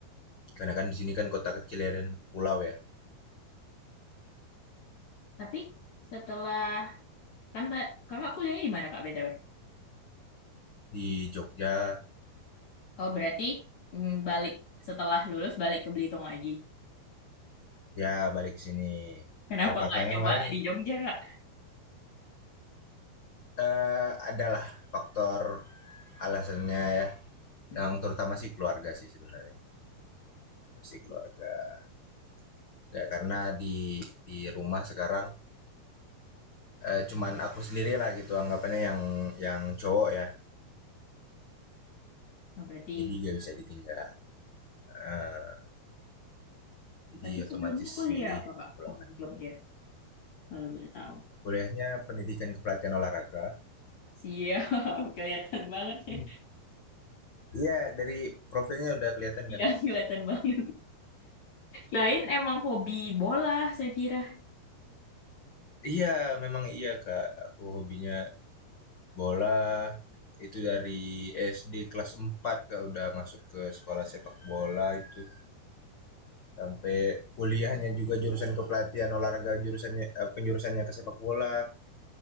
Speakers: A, on the left; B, on the left.
A: karena kan di sini kan kota kecil ya dan pulau ya
B: tapi setelah kan ta- kakak kuliahnya di mana Kak BTW?
A: di Jogja
B: Oh berarti mm, balik setelah lulus balik ke Belitung lagi.
A: ya balik ke sini
B: Kenapa
A: kalau kakaknya
B: nggak coba
A: kemarin
B: di Jogja Kak?
A: eh, adalah faktor alasannya ya
B: Hmm.
A: yang terutama sih keluarga sih sebenarnya yang pasti keluarga nggak karena di di rumah sekarang eh, cuman aku sendiri lah gitu anggapannya yang yang cowok ya
B: Oh, berarti
A: jadi nggak bisa ditinggal Eh, jadi
B: Tapi
A: otomatis
B: sebelumnya kuliah
A: milih
B: apa, Pak?
A: pulang
B: Di
A: aja
B: Jogja, kalau boleh tahu.
A: kuliahnya pendidikan kepelatihan olahraga
B: Siap, <laughs> kelihatan banget ya.
A: Hmm. iya dari profilnya udah kelihatan
B: Iya,
A: kan
B: kelihatan banget. Lain emang hobi bola, saya kira.
A: iya memang iya kak aku hobinya bola itu dari SD kelas 4 kak udah masuk ke sekolah sepak bola itu sampai kuliahnya juga jurusan kepelatihan olahraga jurusannya eh, penjurusannya ke sepak bola